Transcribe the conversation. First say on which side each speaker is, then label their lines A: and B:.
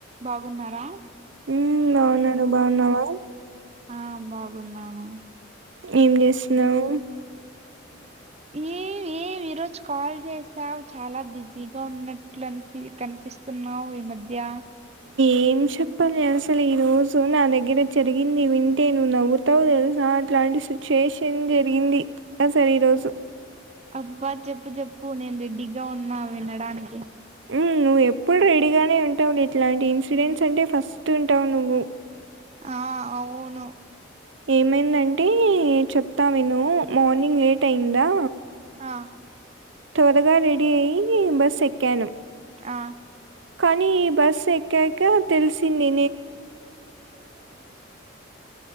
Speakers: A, on the right; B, on the right.
A: బాగున్నారా
B: హ బాగున్నా నువు బాగున్నావా
A: ఆ బాగున్నాను
B: ఏం చేస్తున్నావు
A: ఏ ఏమి ఈ రోజు కాల్ చేసావు చాలా బిజీగా ఉన్నట్లు అనిపి కనిపిస్తున్నావు ఈ మధ్య ద్యా
B: ఏం చెప్పాలి అసలు ఈ రోజు నా దగ్గర జరిగింది వింటే నువ్వు నవ్వుతావు తెలుస అట్లాంటి సిచ్యుయేషన్ జరిగింది అసలు ఈ రోజు
A: అబ్బా చెప్పు చెప్పు నేను రెడీగా ఉన్నా వినడానికి
B: హ నువ్ ఎప్పుడు రీ రెడీగానే ఉంటావ్ ఇట్లాంటి ఇన్సిడెంట్స్ అంటే ఫస్ట్ చెప్తుంటావు నువ్వు
A: ఆ అవును
B: ఏమైందంటే చెప్తా విను మార్నింగ్ లేట్ అయిందా
A: ఆ
B: తోరగా రెడీ అయి బస్ ఎక్కాను
A: ఆ
B: కానీ బస్సు ఎక్కాక తెలిసింది